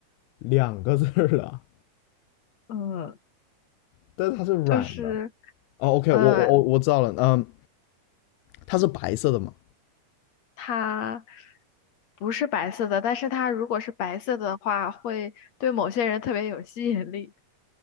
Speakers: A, on the left (about 80°); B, on the left (about 55°).
A: 两个字儿了，
B: 嗯，
A: 但是它是软的。
B: 就是
A: 哦，OK，
B: 呃，
A: 我我我我知道了，嗯，它是白色的嘛，
B: 它不是白色的，但是它如果是白色的话，会对某些人特别有吸引力。